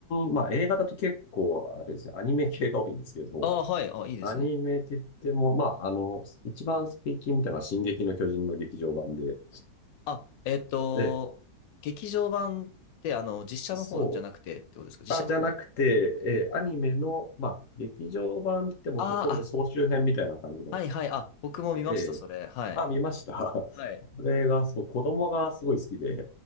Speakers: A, on the left (about 65°); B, on the left (about 80°).
A: まあ映画だと結構、あれですね、アニメ系が多いんですけど、
B: ああー、はい。あ、いいですね。
A: アニメって言っても、まあ、あの、一番最近見たのは進撃の巨人の劇場版で、
B: あ、えっと、
A: え
B: 劇場版って、あの、実写の方じゃなくてってことですか実写の方。
A: え、そう、あ、じゃなくて、ええ、アニメの、まあ、劇場版って言ってもほとんど総集編みたいな感じの
B: あーあ、はいはい。あ、僕も見ました、
A: でええ。
B: それ。はい。
A: あ、見ました。
B: はい。
A: <laughs> これが、そう、子供がすごい好きで、